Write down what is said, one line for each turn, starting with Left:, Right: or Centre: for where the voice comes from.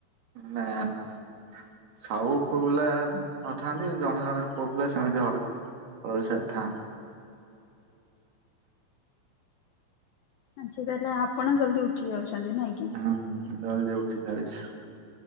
Right: ନା, ନା। ସବୁ ପୁଅ ପିଲା ନଥାନ୍ତି, ଜଣେ ଜଣେ ପୁଅ ପିଲା ସେମିତି ହଡ ରଇସା ଥାନ୍‌
Left: ଆଜିକାଲି ଆପଣ ଜଲଦି ଉଠି ଯାଉଛନ୍ତି, ନାଇଁ କି?
Right: ହୁଁ, ଜଲଦି ଉଠି ଯାଉଛି।